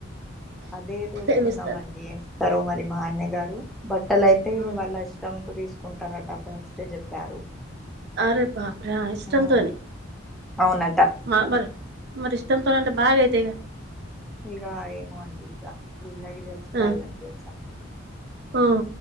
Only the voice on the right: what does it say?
ఏమి ఇస్తారు
హ్మ్.
అరే బాపుర ఇష్టంతోనే
ఆ మరి మరి ఇష్టంతో అంటే బాగా అయితాయి కదా
ఆ!
ఆ!